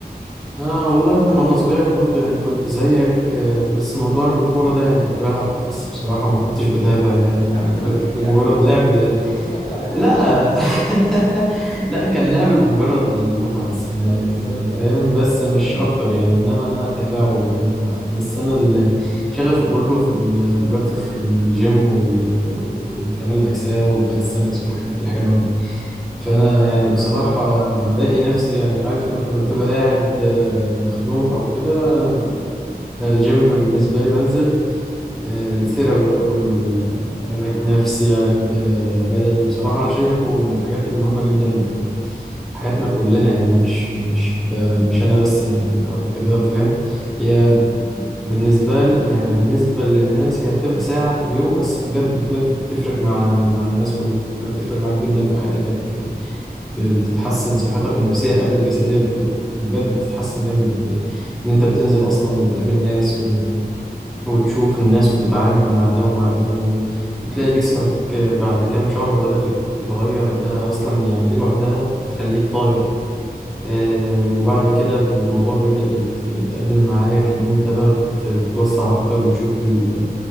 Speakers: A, in the centre; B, on the left.
A: اه والله انا وانا صغير برضه يعني كنت زيك آه، بس موضوع الكوره ده يعني كنت بلعب بس بصراحه ما كنتش بتابع يعني
B: يا عم
A: او
B: انت
A: كده
B: مالكش
A: كنت
B: فيها
A: مجرد
B: يا عم انت ما كنت
A: لعب
B: انت ما كنتش بتعرف تلعب يا عم
A: لا
B: اقعد بقى
A: <laughs> لا كان لعب لمجرد المتعة بس يعني
B: اه بالظبط
A: ف- فاهم
B: اه
A: بس مش أكتر يعني إنما إن أنا أتابعه وكده لا بس أنا ال- شغفي كله في ال- دلوقتي في الجيم وال- والكمال الأجسام والكاليستانكس والحاجات الحلوة دي فأنا يعني بصراحة بلاقي نفسي يعني عارف أنت لما تبقى قاعد آه، مخنوق أو كده ده الجيم بالنسبة لي بنزل آه، الثيرابي بقى كله ال- علاج نفسي علاج آه، بدني بصراحة أنا شايفه من الحاجات المهمة جدا في حياتنا كلنا يعني مش مش ك- مش أنا بس يعني أو كده فاهم هي بالنسبة ل- يعني بالنسبة للناس هي هتبقى ساعة في اليوم بس بجد بجد بتفرق مع مع الناس كلها بتفرق معاك جدا في حياتك ب- بتتحسن صحتك النفسية قبل الجسدية ب- بجد بتتحسن جامد إن أنت بتنزل أصلا وتقابل ناس وتشوف الناس وتتعامل مع ده ومع ده و- وتلاقي جسمك بعد كام شهر بدأ يتغير ده أصلا يعني دي لوحدها بتخليك طاير آه، وبعد كده الموضوع بيبدأ يت- يتقدم معاك إن أنت بقى بت- بتتوسع أكتر وتشوف ال...